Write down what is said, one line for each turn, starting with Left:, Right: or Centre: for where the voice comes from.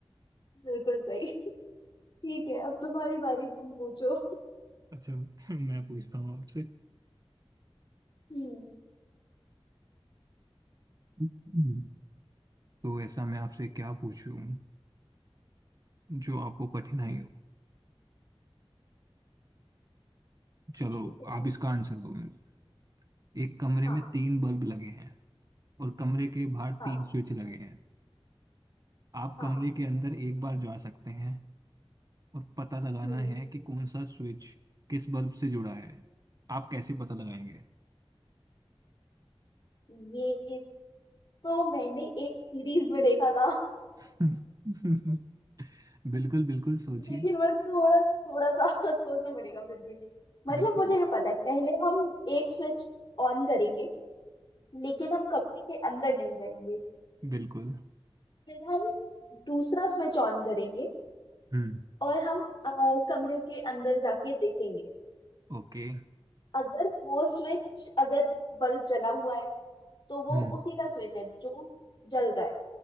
Left: <laughs> बिल्कुल सही ठीक है अब तुम्हारी बारी तुम पूछो
Right: अच्छा मैं पूछता हूँ आपसे
Left: हम्म
Right: हम्म। तो ऐसा मैं आपसे क्या पूछूं जो आपको कठिनाई हो चलो
Left: कुछ भी कुछ
Right: आप
Left: भी
Right: इसका
Left: पूछो
Right: आंसर दो मेरे को। एक कमरे
Left: हाँ
Right: में तीन बल्ब लगे हैं और कमरे के बाहर
Left: हाँ
Right: तीन स्विच लगे हैं आप
Left: हाँ
Right: कमरे के अंदर एक बार जा सकते हैं और पता लगाना
Left: हम्म
Right: है कि कौन सा स्विच किस बल्ब से जुड़ा है आप कैसे पता लगाएंगे
Left: ये तो मैंने एक सीरीज में देखा था
Right: <laughs> बिल्कुल बिल्कुल सोचिए
Left: लेकिन मैं थोड़ा थोड़ा सा <laughs> सोचना पड़ेगा फिर भी मतलब
Right: बिल्कुल
Left: मुझे ये पता है पहले हम एक स्विच ऑन करेंगे लेकिन हम कमरे के अंदर नहीं जाएंगे
Right: बिल्कुल
Left: फिर हम दूसरा स्विच ऑन करेंगे
Right: हम्म
Left: और हम अ, कमरे के अंदर जाके देखेंगे
Right: ओके
Left: अगर वो स्विच अगर बल्ब जला हुआ है तो वो
Right: हम्म
Left: उसी का स्विच है जो जल रहा है